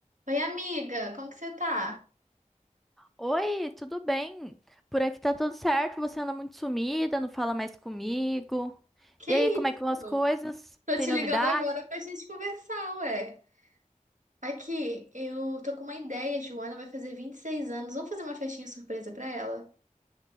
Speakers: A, on the right; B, in the centre.
A: Oi, amiga, como que você tá?
B: Oi, tudo bem? Por aqui tá tudo certo, você anda muito sumida, não fala mais comigo.
A: Que
B: E
A: isso?
B: aí, como é que vão as coisas?
A: Tô
B: Tem
A: te
B: novidade?
A: ligando agora pra gente conversar, ué. Aqui, eu tô com uma ideia. Joana vai fazer 26 anos. Vamos fazer uma festinha surpresa pra ela?